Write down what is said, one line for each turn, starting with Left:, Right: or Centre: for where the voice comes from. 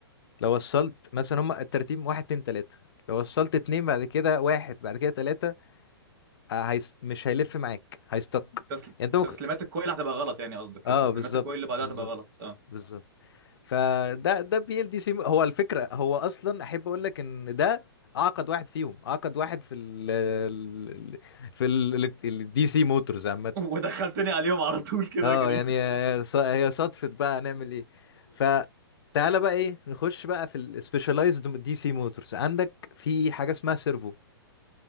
Left: لو وصلت مثلا هما الترتيب واحد اتنين تلاتة لو وصلت اتنين بعد كده واحد بعد كده تلاتة آه، هيس مش هيلف معاك هيستك
Right: تسل...
Left: يعني انت ممكن
Right: تسليمات الكويل هتبقى غلط يعني قصدك تسليمات
Left: اه بالظبط
Right: الكويل اللي بعدها
Left: بالظبط
Right: هتبقى غلط اه
Left: بالظبط فده ده بي ال دي سي هو الفكرة هو اصلا احب اقول لك ان ده اعقد واحد فيهم اعقد واحد في ال ال- ال- في الدي سي موتورز عامة
Right: <laughs> ودخلتني عليهم على طول كده
Left: اه
Right: يا كريم
Left: يعني هي ص- هي صدفة بقى هنعمل ايه فتعالى بقى ايه نخش بقى في السبيشالايزد دي سي موتورز عندك في حاجة اسمها سيرفو